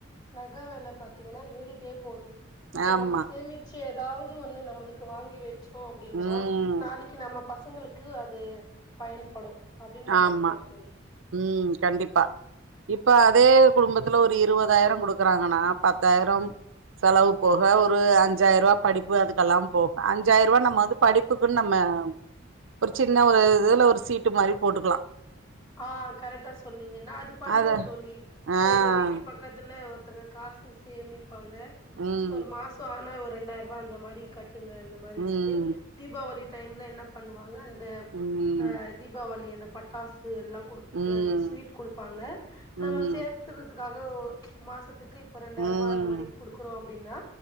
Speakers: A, on the left (about 25°); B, on the right (about 75°).
A: நகெ வெல பாத்தீங்கன்னா ஏறிகிட்டே போது இப்போ
B: ஆமா
A: நம்ம சேமித் சச்சு ஏதாவது ஒண்ணு நம்மளுக்கு வாங்கி வச்சோ அப்டின்னா
B: ம்
A: நாளைக்கு நம்ம பசங்களுக்கூ அது பயன்படூ அப்படின்னு நா
B: ஆமா
A: நினைக்கிறே தோழி
B: ம் கண்டிப்பா இப்ப அதே குடும்பத்துல ஒரு இருவதாயிரம் குடுக்குறாங்கன்னா பத்தாயிரம் செலவு போக ஒரு அஞ்சாயிரப் ரூபா படிப்பு அதுக்கெல்லா போக அஞ்சாயிரெ ரூபா நம்ம வந்து படிப் க்குன்னு நம்ம ஒரு சின்ன ஒரு இதுல ஒரு சீட்டு மாரி போட்டுக்கலா
A: ஆ கரெக்டா சொன்னீங்க நா அது பண்ணுவே
B: அத
A: தோழி இப்போ
B: ஆ
A: எங்க வீட்டு பக்கத்துல ஒருத்தங்க காஸ் சேமிப்பாங்க
B: ம்
A: ஒரு மாசெ ஆனா ஒரு ரெண்டாயிரெ ரூபா அந்த மாரி கட்டுங்க இந்மாரின்ட்டு
B: ம்
A: தீபாவளி டைம்ல என்ன பண்ணுவாங்க அந் இதெ
B: ம்
A: அ
B: ம்
A: தீபாவளி அந்த பட்டாசு எல்லா கொடுத்
B: ம்
A: ஒரு ஸ்வீட் கொடுப்பாங்க
B: ம்
A: நம்ம சேர்த்தறதுக்காக மாசத்துக்கு இப்ப ரெண்டாயிரெ
B: ம்
A: ரூபா அந்த மாதிரி குடுக் குறோ அப்டின்னா